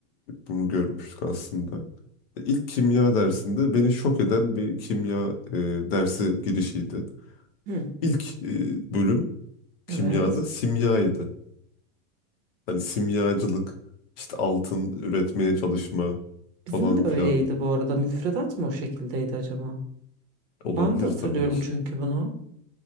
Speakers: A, on the left (about 50°); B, on the right (about 45°).
A: bunu görmüştük aslında. İlk kimya dersinde beni şok eden bir kimya e, dersi girişiydi.
B: hı.
A: İlk e, bölüm
B: Evet.
A: kimyada simyaydı. Hani simyacılık, işte altın üretmeye çalışma
B: Bizim
A: falan
B: de
A: filan
B: öyleydi bu arada. Müfredat mı o şekildeydi acaba?
A: olabilir
B: Ben de hatırlıyorum
A: tabii ki.
B: çünkü bunu.